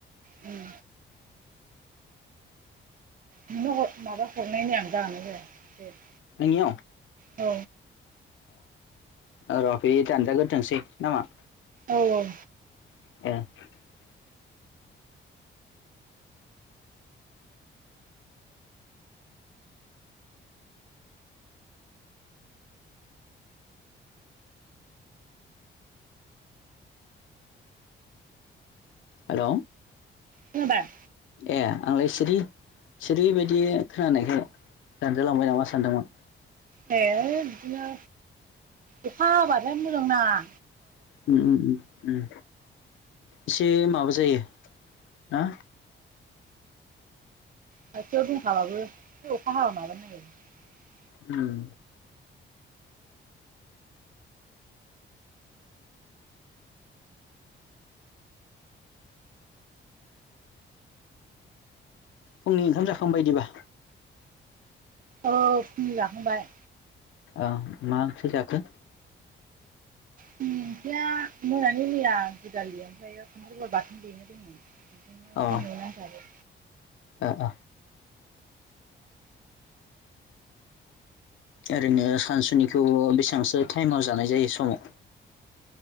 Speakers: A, on the right; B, on the left.
A: उम। नोंनो माबा हरनायनि आं जागोनना जाया ।
B: आंनियाव।
A: औ।
B: र' बे दानजाग्रोथोंसै ना मा?
A: औ औ।
B: <inaudible> हेलौ।
A: खोनाबाय।
B: ए आंलाय सिरि सिरिबायदि खोनानायखाय। दानजालांबाय नामा सानदोंमोन।
A: ए बिदिनो अखा हाबाथाय मोजां नाङा।
B: उम उम उम। एसे माबा जायो ना।
A: खाथियाव दंखाबाबो अखा हाबा माबानो नागिरो।
B: उम। फुंनि ओंखाम जाखांबा दिबा।
A: औ फुंनि जाखांबाय।
B: अ मा ओंख्रि जाखो?
A: फुंनि ओंख्रिया मोनानि मैया दुदालि ओमफ्राय खानथाल बेगर बाथोन देनाय दंमोन।
B: अ ओ
A: <inaudible>
B: ओ ओरैनो सानसुनिखौ बेसेबांसो टाइमाव जानाय जायो समाव।